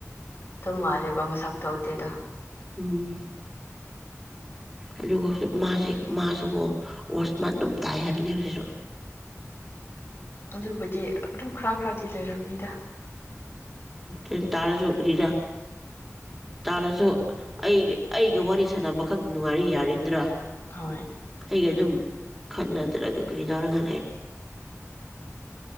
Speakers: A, on the left (about 50°); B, in the centre.
A: ꯇꯨꯝ ꯃꯥꯂꯦꯕ ꯑꯃ ꯁꯥꯛꯛꯇ ꯍꯧꯇꯗ
B: ꯎꯝ ꯑꯗꯨꯒ ꯃꯥꯁꯦ ꯃꯥꯁꯨꯒꯣ ꯋꯥꯁꯃꯥꯟ ꯑꯗꯨꯝ ꯇꯥꯏ ꯍꯥꯏꯕꯅꯦ ꯍꯧꯖꯤꯁꯨ
A: ꯑꯗꯨꯕꯨꯗꯤ ꯑꯗꯨꯝ ꯈꯔ ꯈꯔꯗꯤ ꯂꯩꯔꯕꯝꯅꯤꯗ
B: ꯎꯝ ꯇꯥꯔꯁꯨ ꯀꯔꯤꯔ ꯇꯥꯔꯁꯨ ꯑꯩꯒ ꯑꯩꯒ ꯋꯥꯔꯤ ꯁꯥꯟꯅꯕꯈꯛ ꯅꯨꯡꯉꯥꯏꯔꯤ ꯌꯥꯔꯗ꯭ꯔꯥ
A: ꯍꯣꯏ
B: ꯑꯩꯒ ꯑꯗꯨ ꯈꯟꯅ ꯇꯔ ꯀ ꯀꯔꯤꯗꯥꯔꯒ